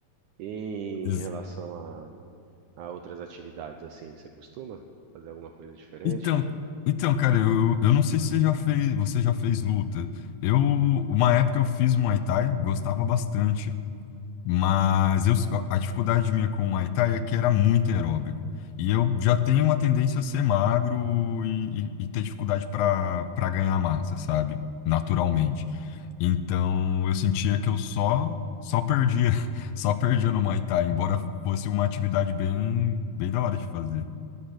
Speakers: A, on the right; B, on the left.
A: E em
B: Ex-
A: relação a, a outras atividades, assim, você costuma fazer alguma coisa diferente?
B: Então, então, cara, eu, eu não sei se você já fez, você já fez luta. Eu, uma época eu fiz Muay Thai, gostava bastante. Mas eu, a dificuldade minha com o Muay Thai é que era muito aeróbico. E eu já tenho uma tendência a ser magro e, e- e ter dificuldade para para ganhar massa, sabe? Naturalmente. Então eu sentia que eu só só perdia, <laughs> só perdia no Muay Thai, embora fosse uma atividade bem bem da hora de fazer.